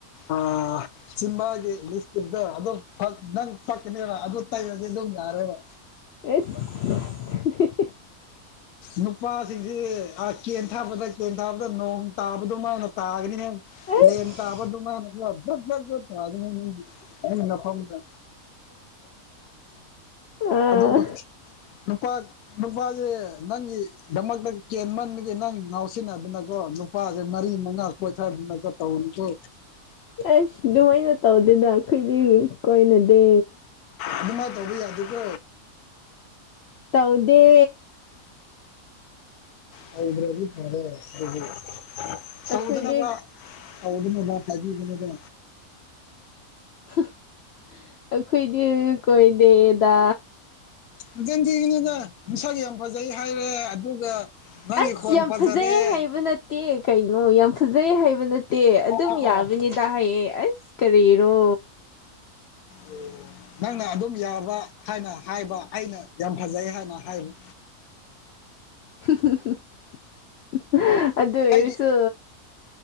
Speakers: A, on the left (about 90°); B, on the left (about 70°).
A: ꯑꯥ ꯆꯤꯝꯕꯥꯜꯒꯤ ꯂꯤꯞꯐꯁꯇꯤꯛꯇ ꯑꯗꯨꯝ ꯄꯛ ꯅꯪ ꯄꯛꯀꯅꯤꯗ ꯑꯗꯨ ꯇꯩꯔꯗꯤ ꯑꯗꯨꯝ ꯌꯥꯔꯦꯕ
B: ꯢꯁ <unintelligible>
A: ꯅꯨꯄꯥꯁꯤꯡꯁꯦ ꯑꯥ ꯀꯦꯊꯥꯕꯗ ꯀꯦꯟꯊꯕꯗꯥ ꯅꯣꯡ ꯇꯥꯕ ꯗꯨꯃꯥꯏ ꯇꯥꯒꯅꯤꯍꯦ
B: ꯑꯩꯁ
A: ꯂꯦꯟ ꯇꯕꯗꯨꯃꯥꯢꯅꯥꯁꯨ ꯖꯠ ꯖꯠ ꯖꯠ ꯇꯥꯒꯅꯤ <unintelligible> ꯑꯩꯅ ꯅꯈꯣꯡꯗꯥ
B: ꯑꯥ
A: ꯑꯗꯨꯒ <unintelligible> ꯅꯨꯄꯥ ꯅꯨꯄꯥꯁꯦ ꯅꯪꯒꯤꯗꯃꯛꯇ ꯀꯦꯟꯃꯟꯕꯒꯤ ꯅꯪ ꯉꯥꯎꯁꯤꯟꯅꯥꯗꯅꯀꯣ ꯅꯨꯄꯥ ꯅꯨꯄꯥꯥꯁꯦ ꯃꯔꯤ ꯃꯉꯥ ꯀꯣꯏꯊꯥꯗꯅꯒ ꯇꯧꯔꯤꯗꯣ
B: ꯑꯁ ꯗꯨꯃꯥꯏꯅ ꯇꯧꯗꯦꯗ ꯑꯩꯈꯣꯏꯗꯤ ꯀꯣꯏꯅꯗꯦ
A: ꯑꯗꯨꯃꯥꯏꯅ ꯇꯧꯕ ꯌꯥꯗꯦꯀꯣ
B: ꯇꯧꯗꯦ
A: ꯇꯧꯗꯔꯥꯗꯤ ꯐꯔꯦ ꯑꯗꯨꯕꯨ
B: ꯑꯩꯈꯣꯏꯗꯤ
A: ꯇꯧꯗꯅꯕ ꯇꯧꯗꯅꯕ ꯍꯥꯏꯕꯤꯕꯅꯦꯕꯥ
B: ꯍꯨꯝ ꯑꯩꯈꯣꯏꯗꯤ ꯀꯣꯏꯗꯦꯗꯥ
A: ꯅꯆꯤꯟ ꯊꯤꯒꯅꯨꯗ ꯅꯁꯛ ꯌꯥꯝ ꯐꯖꯩ ꯍꯥꯏꯔꯦ ꯑꯗꯨꯒ ꯅꯪꯒꯤ
B: ꯑꯁ
A: ꯈꯣꯟ
B: ꯌꯥꯝ
A: ꯐꯖꯔꯦ
B: ꯐꯥꯖꯩꯌꯦ ꯍꯥꯏꯕ ꯅꯠꯇꯦ ꯀꯩꯅꯣ ꯌꯥꯝ ꯐꯖꯩ ꯍꯥꯏꯕ ꯅꯠꯇꯦ
A: ꯑꯣ
B: ꯑꯗꯨꯝ
A: ꯑꯣ
B: ꯌꯥꯝ
A: ꯑꯣ
B: ꯕꯤꯅꯤꯇꯥ ꯍꯥꯏꯌꯦ ꯑꯁ ꯀꯥꯔꯤꯔꯣ
A: ꯑꯣ ꯅꯪꯅ ꯑꯗꯨꯝ ꯌꯥꯕ ꯍꯥꯏꯅ ꯍꯥꯏꯕ ꯑꯩꯅ ꯌꯥꯝ ꯐꯖꯩ ꯍꯥꯏꯅ ꯍꯥꯏꯕ
B: <unintelligible> ꯑꯗꯨ ꯑꯣꯏꯔꯁꯨ
A: ꯑꯩꯒꯤ